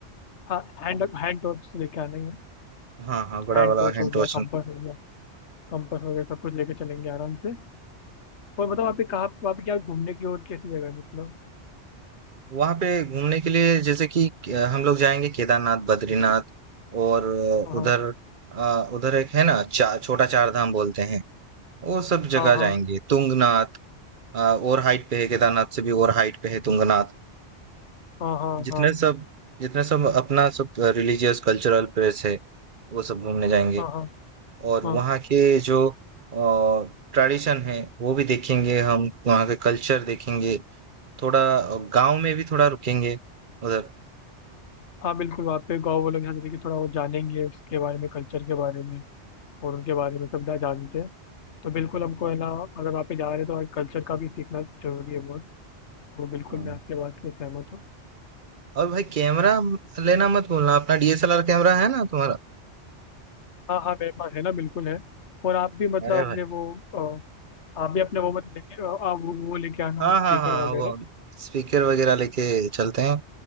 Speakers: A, on the left (about 80°); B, on the right (about 50°).
A: हाँ हैंड हैंड टॉर्च लेके आना ही है
B: हाँ हाँ बड़ा
A: हैंड
B: वाला
A: टॉर्च
B: हैंड
A: हो गया
B: टॉर्च
A: कंपास हो गया कंपास हो गया सब कुछ लेके चलेंगे आराम से और बताओ आप कहाँ वहाँ पे क्या घूमने की और कैसी जगह है मतलब
B: वहां पे घूमने के लिए जैसे कि अ, हम लोग जाएंगे केदारनाथ बद्रीनाथ और अ,
A: हाँ
B: उधर अ, उधर एक है ना चा, छोटा चार धाम बोलते हैं वो सब जगह
A: हाँ हाँ
B: जाएंगे तुंगनाथ अ, और हाइट पे है केदारनाथ
A: हम्म,
B: से भी और हाइट पे है तुंगनाथ
A: हाँ हाँ
B: जितने
A: हाँ
B: सब जितने सब अपना सब रिलीजियस कल्चरल प्लेस है वो सब घूमने जाएंगे
A: हाँ हाँ
B: और
A: हाँ
B: वहाँ के जो ट्रेडिशन है वो भी देखेंगे हम वहाँ के कल्चर देखेंगे थोड़ा गांव में भी थोड़ा रुकेंगे उधर
A: हाँ बिल्कुल वहाँ पे गाँव वालों के साथ लेके थोड़ा वो जानेंगे उसके बारे में कल्चर के बारे में और उनके बारे में सब ना जानते हैं तो बिल्कुल हमको है ना अगर वहाँ पे जा रहे हैं तो हमारे कल्चर का भी सीखना जरूरी है बहुत तो बिल्कुल
B: हाँ
A: मैं आपके बात से सहमत हूँ
B: और भाई कैमरा लेना मत भूलना अपना डीएसएलआर कैमरा है ना तुम्हारा
A: हाँ हाँ मेरे पास है ना बिल्कुल है और आप भी मतलब
B: अरे भाई
A: अपने वो अ, आप भी अपने वो मत लेके अ, आप वो वो लेके आना
B: हाँ
A: स्पीकर
B: हाँ हाँ
A: वगैरह
B: वो स्पीकर वगैरह लेके चलते हैं